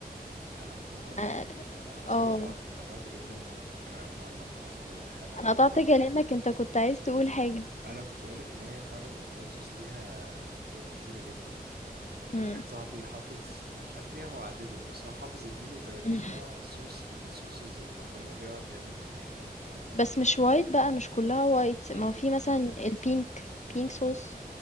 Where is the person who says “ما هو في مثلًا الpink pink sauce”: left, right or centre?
Left